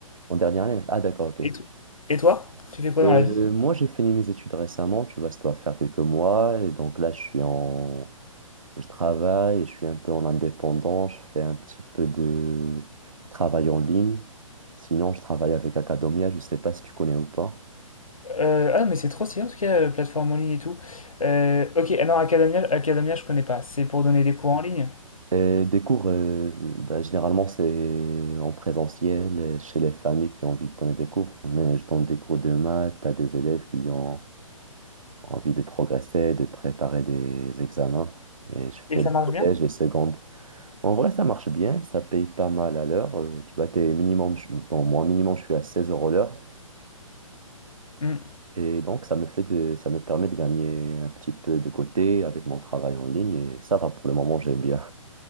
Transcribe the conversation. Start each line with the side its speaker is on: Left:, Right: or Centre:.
Right: En dernière année? Ah, d'accord, ok.
Left: Et, to- et toi? Tu fais quoi
Right: Euh,
Left: dans la vie?
Right: moi, j'ai fini mes études récemment. Tu vois, ça doit faire quelques mois. Et donc là, je suis en... Je travaille, je suis un peu en indépendant. Je fais un petit peu de travail en ligne. Sinon, je travaille avec Academia. Je sais pas si tu connais ou pas.
Left: Euh, Ah, mais c'est trop stylé, en tout cas, euh, plateforme en ligne et tout. Euh, ok, ah non, Academia, Academia, je connais pas. C'est pour donner des cours en ligne.
Right: Et des cours, euh, bah, généralement, c'est en présentiel euh, chez les familles qui ont envie de donner des cours. Mais je donne des cours de maths à des élèves qui ont envie de progresser, de préparer des examens. Et je fais
Left: Et ça
Right: les
Left: marche
Right: collèges,
Left: bien?
Right: et secondes. En vrai, ça marche bien, ça paye pas mal à l'heure. Euh, tu vois, t'es minimum, je- bon, moi, minimum, je suis à 16 euros l'heure.
Left: Hmm.
Right: Et donc, ça me fait de, ça me permet de gagner un petit peu de côté avec mon travail en ligne. Et ça va, pour le moment, j'aime bien.